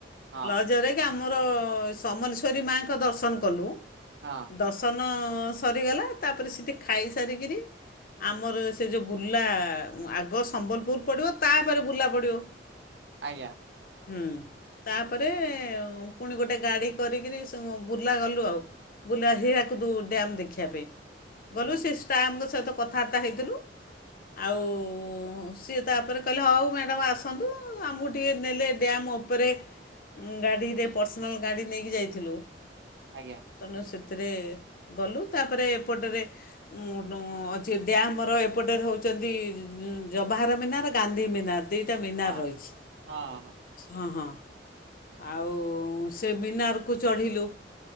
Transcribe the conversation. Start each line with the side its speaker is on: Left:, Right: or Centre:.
Right: ହଁ।
Left: ଲର୍ଜରେ ଆମର ସମଲେଶ୍ଵରୀ ମାଆ ଙ୍କ ଦର୍ଶନ କଲୁ।
Right: ହଁ।
Left: ଦର୍ଶନ ସରିଗଲା ତାପରେ ସେଠି ଖାଇସାରିକିରି ଆମର ସେ ଯେଉ ବୁର୍ଲା ଆଗ ସମ୍ବଲପୁ ର ପଡ଼ିବ ତାପରେ ବୁର୍ଲା ପଡ଼ିବ।
Right: ଆଜ୍ଞା।
Left: ହୁଁ। ତାପରେ ପୁଣି ଗୋଟେ ଗାଡ଼ି କରିକିରି ସ୍ ବୁର୍ଲା ଗଲୁ ଆଉ। ବୁର୍ଲା ହୀରାକୁଦ ଡ୍ୟାମ୍ ଦେଖିବା ପାଇଁ।
Right: ହୁଁ
Left: ଗଲୁ ସେ ଷ୍ଟାପ ଙ୍କ ସହିତ କଥାବାର୍ତ୍ତା ହେଇଥିଲୁ। ଆଉ ସିଏ ତାପରେ କହିଲେ ହଉ ମ୍ୟାଡ଼ମ୍ ଆସନ୍ତୁ ଆମକୁ ଟିକିଏ ନେଲେ ଡ୍ୟାମ୍ ଉପରେ ଗାଡ଼ିରେ ପର୍ସନାଲ୍ ଗାଡ଼ି ନେଇକି ଯାଇଥିଲୁ।
Right: ଆଜ୍ଞା।
Left: ତେଣୁ ସେଥିରେ ଗଲୁ ତାପରେ ଏପଟରେ ଉ ଅଛି ଡ୍ୟାମ ର ଏପଟରେ ହଉଛନ୍ତି ଜବାହାର ମିନାର ଗାନ୍ଧୀ ମିନାର ଦୁଇଟା ମିନାର
Right: ହଁ
Left: ରହିଛି
Right: ହଁ ହଁ।
Left: ହଁ ହଁ। ଆଉ ସେ ମିନାରକୁ ଚଢ଼ିଲୁ।